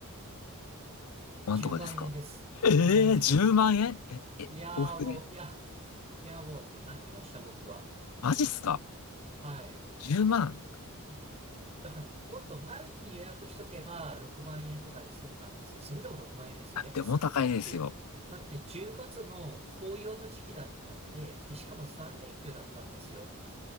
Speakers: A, on the left; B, on the right.
A: なんとかですか
B: 10万円です。
A: ええー、
B: 10万円です。
A: 10万円え、え、
B: いやーもう、
A: 往復で
B: いや、いやもう、泣きました、僕は。
A: マジっすか
B: はい。
A: ?10 万。
B: もううん。だから、もっと前に予約しとけば6万円とかで済んだんですよ。それでも6万円ですよ。
A: あ、
B: やっぱり3連休。
A: でも高いですよ。
B: だって10月の紅葉の時期だったんで、で、しかも3連休だったんですよ。